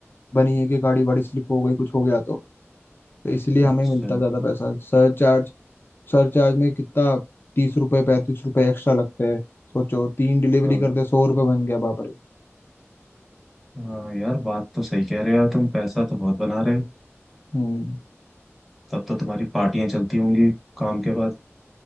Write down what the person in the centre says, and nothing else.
अच्छा
हाँ
हाँ यार बात तो सही कह रहे हो यार तुम पैसा तो बहुत बना रहे हो
तब तो तुम्हारी पार्टियां चलती होंगी काम के बाद